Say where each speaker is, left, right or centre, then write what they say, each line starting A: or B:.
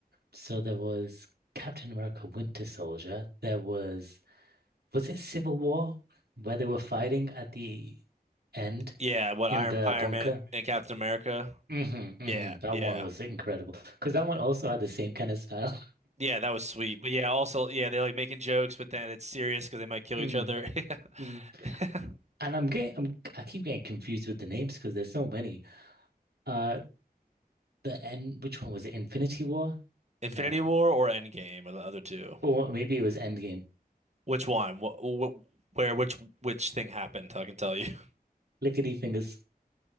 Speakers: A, on the right (about 85°); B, on the right (about 45°).
A: So there was Captain America Winter Soldier. There was, was it Civil War where they were fighting at the end
B: Yeah, what
A: in
B: Iron
A: the
B: Iron
A: bunker?
B: Man and Captain America?
A: hmm hmm
B: Yeah,
A: That
B: yeah.
A: one was incredible because that one also had the same kind of style.
B: Yeah, that was sweet. But yeah, also yeah, they're like making jokes, but then it's serious because they
A: <laughs>
B: might kill
A: mm
B: each other. <laughs>
A: mm.
B: Yeah. <laughs>
A: And I'm getting, I'm, I keep getting confused with the names because there's so many. Uh, the end, which one was it? Infinity War?
B: Infinity
A: No,
B: War or Endgame or the other two?
A: or maybe it was Endgame.
B: Which one? What, what, where? Which which thing happened? I can tell you. <laughs>
A: Lickety fingers.